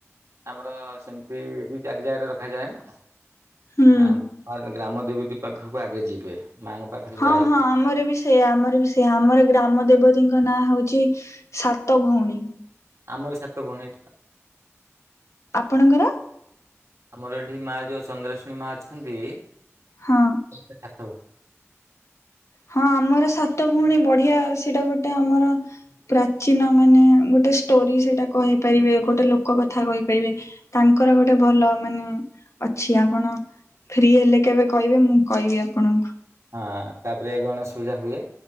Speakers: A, on the right; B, on the left.
A: ଆମର ସେମତି ବି ଚାରି ଜାଗାରେ ରଖାଯାଏ ନା ଆ।
B: ହୁଁ।
A: ଫାଷ୍ଟ ଗ୍ରାମ ଦେବତୀ ପାଖକୁ ଆଗେ ଯିବେ ମାଆଙ୍କ ପାଖରେ
B: ହଁ
A: ଯାଇକି
B: ହଁ ଆମର ବି ସି ସେଇଆ ଆମର ବି ସେଇଆ ଆମର ଗ୍ରାମ ଦେବତୀଙ୍କ ନାଁ ହୋଉଚି ସାତ ଭୋଉଣୀ।
A: ଆମର ସାତ ଭଉଣୀ ଏଠି ନା
B: ଆପଣଙ୍କର?
A: ଆମର ଏଠି ମା ଯୋଉ ଚନ୍ଦ୍ରାଶୁଣୀ ମା ଅଛନ୍ତି
B: ହଁ।
A: <unintelligible>
B: ହଁ ଆମର ସାତ ଭୋଉଣୀ ବଢିଆ ସେଇଟା ଗୋଟେ ଆମର ପ୍ରାଚୀନ ମାନେ ଗୋଟେ ଷ୍ଟୋରି ସେଇଟା କହିପାରିବେ ଗୋଟେ ଲୋକ କଥା କହିପାରିବେ। ତାଙ୍କର ଗୋଟେ ଭଲ ମାନେ ଅଛି ଆପଣ ଫ୍ରି ହେଲେ କେବେ କହିବେ ମୁଁ କହିବି ଆପଣଙ୍କୁ।
A: ହଁ ତାପରେ ଗଣେଶ ପୂଜା ହୁଏ